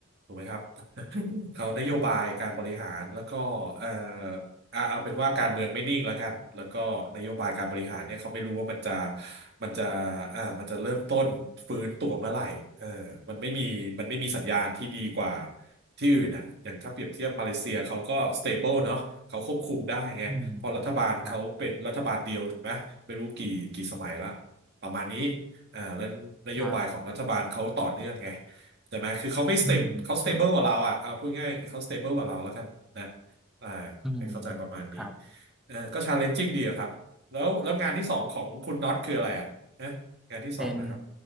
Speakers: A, on the right; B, in the centre.
A: ถูกไหมครับ <laughs> เขานโยบายการบริหารแล้วก็เอ่อเอาเอาเป็นว่าการเมืองไม่นิ่งแล้วกันแล้วก็นโยบายการบริหารเนี่ยเขาไม่รู้ว่ามันจะมันจะเอ่อมันจะเริ่มต้นฟื้นตัวเมื่อไหร่เออมันไม่มีมันไม่มีสัญญาณที่ดีกว่าที่อื่นอ่ะอย่างถ้าเปรียบเทียบมาเลเซียเขาก็สเตเบิลเนาะเขาควบคุมได้ไง
B: อืมอืมครับ
A: เพอรัฐบาลเขาเป็นรัฐบาลเดียวถูกไหมไม่รู้กี่กี่สมัยละประมาณนี้อ่าแล้วนโยบายของรัฐบาลเขาต่อเนื่องไง
B: ครับ
A: ใช่ไหมคือเขาไม่สเตมเขาสเตเบิลกว่าเราอ่ะเอาพูดง่ายเขาสเตเบิลกว่าเราแล้วกันนะ
B: อืม
A: อ่า
B: อืม
A: ให้เข้าใจประมาณนี้
B: ครับ
A: เออก็ชาเลนจิ้งดีอะครับแล้วแล้วงานที่สองของคุณน็อตคืออะไรอ่ะนะงานที่สองนะครับ
B: เป็น